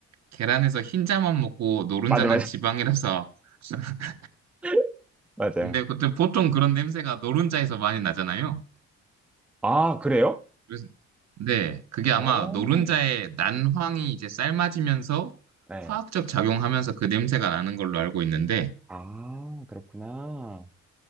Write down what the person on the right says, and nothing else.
계란에서 흰자만 먹고 노른자는
지방이라서, <laughs>
근데 그때 보통 그런 냄새가 노른자에서 많이 나잖아요.
그래서, 네, 그게 아마
노른자의 난황이 이제 삶아지면서
화학적 작용하면서 그 냄새가 나는 걸로 알고 있는데,